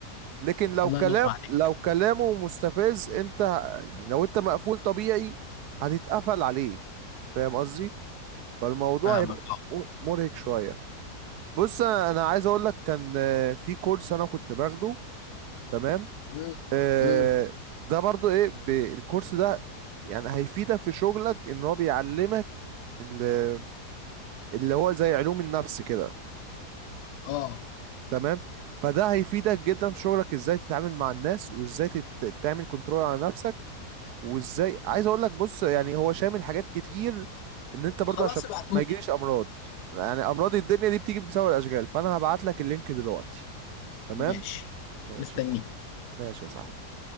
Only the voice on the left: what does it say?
الله
ينور عليك
فاهمك
اه
امم
امم
اه
خلاص
ابعتولي
ماشي
مستنيك